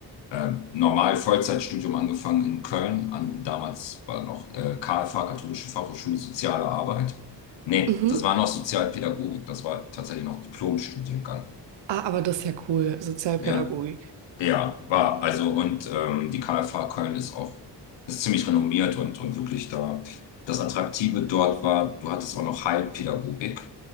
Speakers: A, on the left; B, on the right.
A: ähm, normal Vollzeitstudium angefangen in Köln, an damals war noch äh, KFH, Katholische Fachhochschule Soziale Arbeit. Nee,
B: Mhm.
A: das war noch Sozialpädagogik, das war tatsächlich noch Diplomstudiengang.
B: Ah, aber das ist ja cool, Sozialpädagogik.
A: Ja, ja, war. Also, und ähm, die KFH Köln ist auch ist ziemlich renommiert und, und wirklich da. Das Attraktive dort war, du hattest auch noch Heilpädagogik.